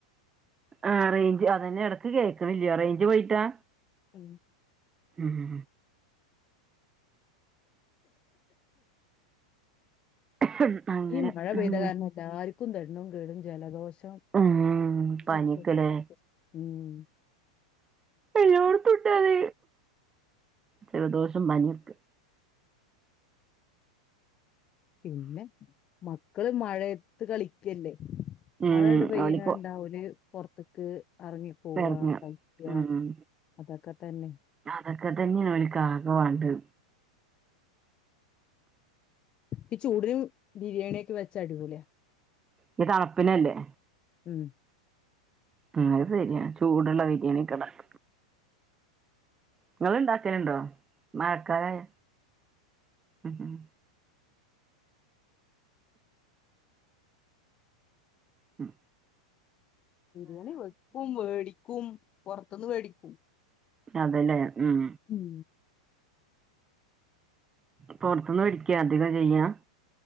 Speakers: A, on the right; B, on the left.
A: ആഹ് റേഞ്ച് അതെന്നെ എടക്ക് കേക്ക്ണില്ല്യ റെയ്ഞ്ച് പോയിട്ടാ
B: ഉം
A: ഉം <unintelligible>
B: ഈ മഴ പെയ്ത
A: ഉം
B: കാരണെല്ലാര്ക്കും തെണ്ണും കേടും ജലദോഷം
A: ഉം
B: <unintelligible>
A: പനിയൊക്കെല്ലേ
B: ഉം
A: എല്ലാർക്കുണ്ടത് ജലദോഷം പന്യൊക്കെ
B: പിന്നെ മക്കള് മഴ ത്ത് കളിക്കല്ലേ
A: ഉം
B: മഴാണ്ട് പെയ്യ്ണണ്ടാ
A: ഓലിക്ക്
B: ഓല് പൊർത്ത്ക്ക് എർങ്ങി പോവ
A: ഇറങ്ങ
B: കഴിക്ക
A: ഉം
B: അതൊക്കെ തെന്നെ
A: അതൊക്കെ തെന്ന്യെണ് നില്ക്കാക്കെവാണ്ടെ
B: ഈ ചൂടില് ബിരിയാണ്യൊക്കെ വെച്ചാ അടിപൊള്യാ.
A: ത് തണ്പ്പിനല്ലേ
B: ഉം
A: ഉം അത് ശെര്യാ ചൂടുള്ള ബിരിയാണി, ക്കടായി ഇങ്ങള്ണ്ടാക്കല്ണ്ടോ മഴക്കാലായ ഉം ഉം ഉം
B: ബിരിയാണി വെക്കും വേടിക്കും പോർത്ത്ന്ന് വേടിക്കും.
A: അതെല്ലേ ഉം
B: ഉം
A: പുറത്തുന്ന് പിടിക്ക അധികം ചെയ്യാ